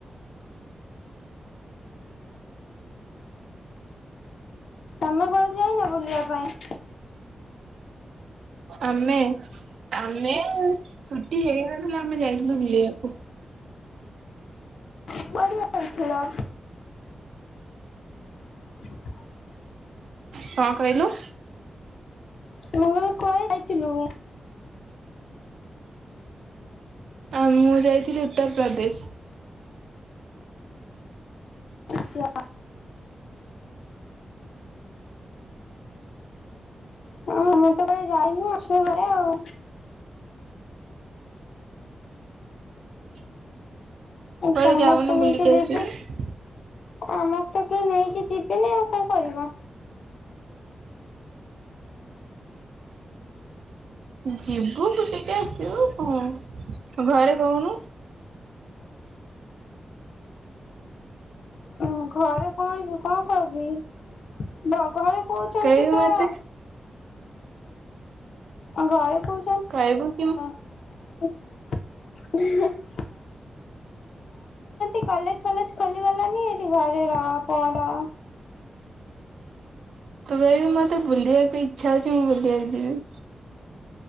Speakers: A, on the left (about 75°); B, on the right (about 85°).
A: ତମେ କୁଆଡ଼େ ଯାଇନ ବୁଲିବା ପାଇଁ?
B: ଆମେ ଆମେ ଛୁଟି ହେଇନଥିଲା ଆମେ ଯାଇଥିଲୁ ବୁଲିବାକୁ।
A: କୁଆଡ଼େ ଯାଇଥିଲ? <unintelligible>
B: କଣ କହିଲୁ?
A: ତୁ କୁଆଡ଼େ ଯାଇଥିଲୁ?
B: ଆ ମୁଁ ଯାଇଥିଲି ଉତ୍ତରପ୍ରଦେଶ।
A: ସେ <inaudible> ହ ମତେ କ ଯାଇନି ଅଛୁ ଘରେ ଆଉ।
B: <unintelligible>
A: ଏ ସମସ୍ତେ
B: ଯାଉନୁ
A: ନେଇକି
B: ବୁଲିକି ଆସିବୁ
A: ଯିବେ ଆମକୁ ତ କେହି ନେଇକି ଯିବେନି ଆଉ କଣ କରିବି।
B: ଯିବୁୁ ଟିକେ ଆସିବୁ କଣ ଘରେ କହୁନୁ?
A: ଉଁ ଘରେ କହିବି କଣ କହିବି ଭଗଳ କହୁଛନ୍ତି
B: କହିବୁ
A: ପା
B: ମତେ
A: ଆ ଘରେ କହୁ
B: କହିବୁ କି
A: ଘରେ କହୁଛନ୍ତି ଏଠ କଲେଜ ଫଲେଜ ଖୋଲିଗଲାନି ଏଠି ଘରେ ରହ ପଢ।
B: ତୁ କହିବୁ ମତେ ବୁଲିବାକୁ ଇଚ୍ଛା ହଉଛି ମୁଁ ବୁଲିବାକୁ ଯିବି।